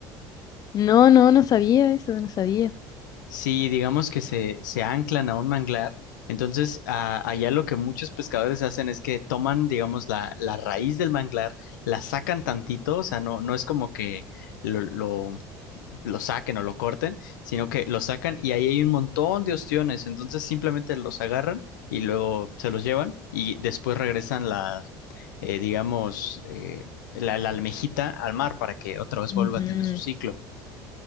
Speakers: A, on the left (about 40°); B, on the left (about 80°).
A: No, no, no sabía eso, no sabía.
B: Si digamos que se, se anclan a un manglar, entonces a- allá lo que muchos pescadores hacen es que toman, digamos, la, la raíz del manglar, la sacan tantito, o sea, no, no es como que lo, lo lo saquen o lo corten, sino que lo sacan y ahí hay un montón de ostiones, entonces simplemente los agarran y luego se los llevan y después regresan las, eh, digamos, eh, la, la almejita al mar para que otra vez vuelva
A: Ujú.
B: a tener su ciclo.